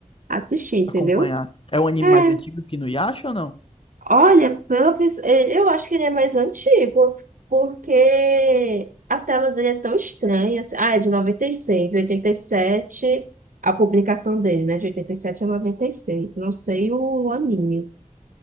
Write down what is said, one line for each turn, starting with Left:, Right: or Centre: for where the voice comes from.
Right: assistir, entendeu?
Left: Acompanhar. É um anime
Right: É,
Left: mais antigo que no Yasha ou não?
Right: Olha, pelo vis- eh, eu acho que ele é mais antigo, porque a tela dele é tão estranha. assim. Ah, é de 96, 87, a publicação dele, né? De 87 a 96. Não sei o anime.